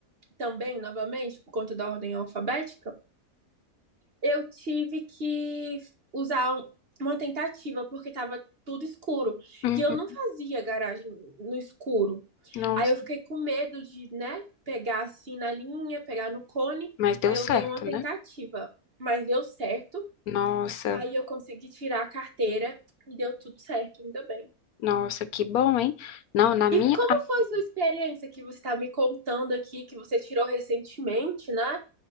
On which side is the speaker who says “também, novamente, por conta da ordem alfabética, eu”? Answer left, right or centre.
Right